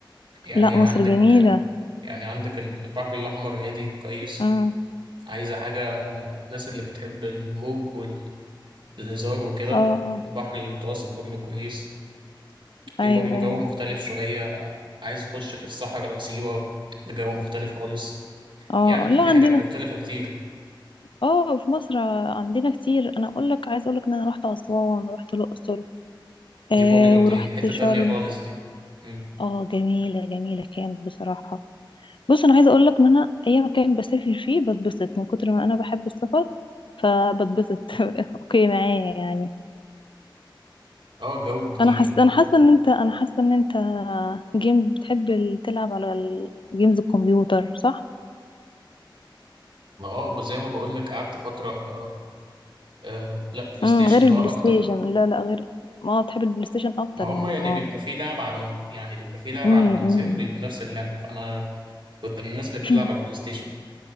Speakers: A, on the right; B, on the left.
A: يعني
B: لا
A: عندك
B: مصر جميلة
A: يعني عندك البحر الأحمر هادي كويس
B: امم
A: عايزة حاجة الناس اللي بتحب الموج والهزار وكده
B: اه اه
A: البحر المتوسط برضه كويس في
B: ايوه
A: برضه جو
B: ايوه
A: مختلف شوية عايز أخش في الصحراء سيوة بجو مختلف خالص
B: اه
A: يعني
B: آه.
A: في
B: لا
A: في
B: عندنا
A: حاجات مختلفة كتير
B: اه في مصر عندنا كتير انا اقول لك عايز اقول لك ان انا رحت اسوان ورحت الاقصر آه
A: دي برضه
B: ورحت
A: دي حتة
B: شرم
A: تانية خالص دي مم.
B: اه جميلة جميلة كانت بصراحة بص انا عايزة اقول لك ان انا اي مكان بسافر فيه بتبسط من كتر ما انا بحب السفر فبتبسط <laughs> اوكي معايا يعني
A: اه جو جديد
B: انا حاسه
A: و
B: انا حاسه ان انت انا حاسه ان انت جيمز بتحب ال- تلعب على الجيمز الكمبيوتر صح
A: ما اه زي ما بقولك قعدت فترة آه آه، لا بلاي
B: امم
A: ستيشن
B: غير البلاي
A: بقى أكتر
B: ستيشن لا لا غير ما بتحب البلاي ستيشن اكتر
A: ما هما
B: يعني
A: يعني
B: اه
A: بيبقى في لعب على ال... يعني بيبقى في لعب
B: امم
A: على الجهازين
B: أمم.
A: بيبقوا نفس اللعب فأنا كنت من الناس اللي بتلعب
B: <clears throat>
A: على البلاي ستيشن يعني